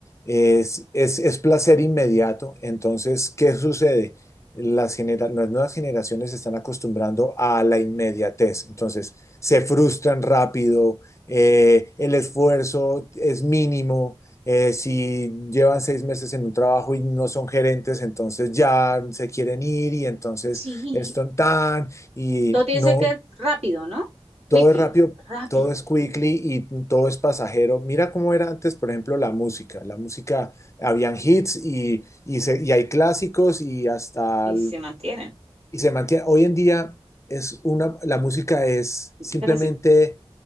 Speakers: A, on the left; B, on the right.
A: es, es, es placer inmediato. Entonces, ¿qué sucede? Las, genera- las nuevas generaciones se están acostumbrando a la inmediatez. Entonces, se frustran rápido, eh, el esfuerzo es mínimo. eh, si llevan seis meses en un trabajo y no son gerentes, entonces ya se quieren ir y entonces
B: Sí,
A: esto tan y
B: todo tiene
A: no,
B: que ser rápido, ¿no?
A: todo
B: Quickly,
A: es rápido,
B: rápido.
A: todo es quickly y todo es pasajero. Mira cómo era antes, por ejemplo, la música. La música, habían hits y, y, se- y hay clásicos y hasta
B: Y se mantiene.
A: y se mantiene. Hoy en día es una, la música es simplemente
B: Pero sí,